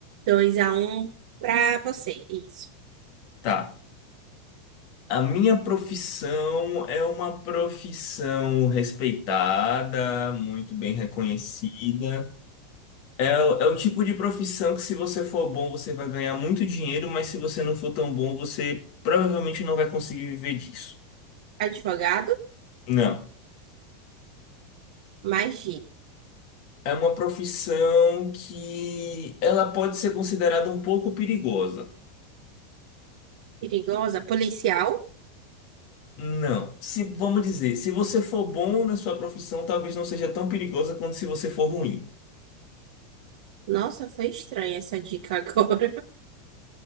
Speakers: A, on the right; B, on the left.
A: 2 a um para você, isso.
B: Tá. A minha profissão é uma profissão respeitada, muito bem reconhecida. É, o- é o tipo de profissão que, se você for bom, você vai ganhar muito dinheiro, mas se você não for tão bom, você provavelmente não vai conseguir viver disso.
A: Advogado,
B: Não.
A: magia,
B: É uma profissão que ela pode ser considerada um pouco perigosa.
A: perigosa, policial.
B: Não. Se, vamos dizer, se você for bom na sua profissão, talvez não seja tão perigosa quanto se você for ruim.
A: Nossa, foi estranha essa dica agora. <laughs>